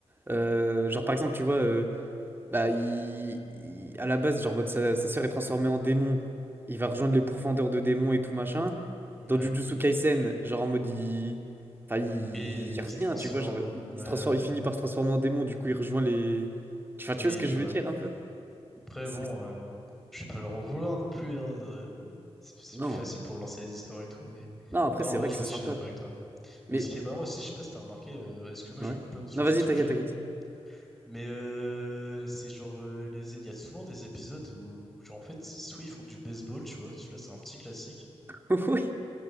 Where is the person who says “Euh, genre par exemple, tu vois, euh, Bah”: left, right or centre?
Right